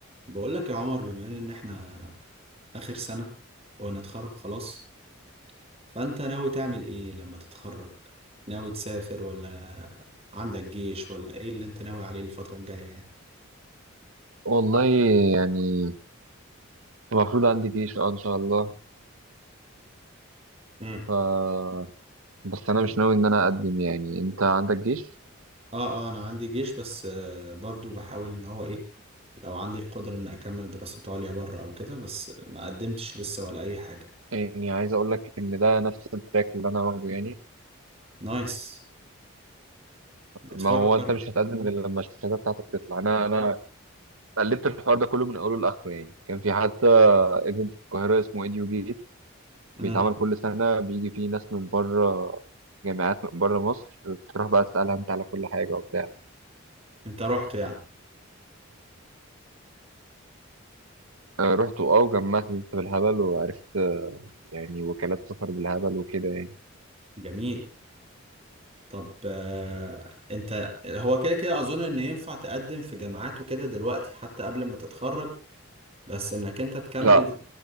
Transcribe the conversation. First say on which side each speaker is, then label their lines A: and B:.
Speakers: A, on the right; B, on the right.
A: بقول لك يا عمر بما ان احنا اخر سنة ونتخرج خلاص فانت ناوي تعمل ايه لما تتخرج ناوي تسافر ولا عندك جيش ولا ايه اللي انت ناوي عليه الفترة الجاية يعني
B: والله يعني المفروض عندي جيش اه ان شاء الله
A: امم
B: ف بس انا مش ناوي ان انا اقدم يعني انت عندك جيش
A: اه اه انا عندي جيش بس آه برضو بحاول اللي هو ايه لو عندي القدرة ان اكمل دراسات عليا بره او كده بس ما قدمتش لسه ولا اي حاجة
B: يعني عايز اقول لك ان ده نفس التراك اللي انا واخده يعني
A: نايس بتفكر
B: ما هو انت مش هتقدم غير لما الشهاده بتاعتك تطلع انا انا قلبت الحوار ده كله من اوله لاخره يعني كان في حتى ايفنت في القاهره اسمه ايديو جيت
A: امم
B: بيتعمل كل سنه بيجي فيه ناس من بره جامعات من بره مصر تروح بقى تسالها انت على كل حاجه وبتاع
A: انت رحت يعني
B: آه، رحت اه وجمعت لي بالهبل وعرفت آه، يعني وكالات سفر بالهبل وكده يعني.
A: جميل طب آه، انت هو كده كده اظن ان ينفع تقدم في جامعات وكده دلوقتي حتى قبل ما تتخرج بس انك انت تكمل
B: لا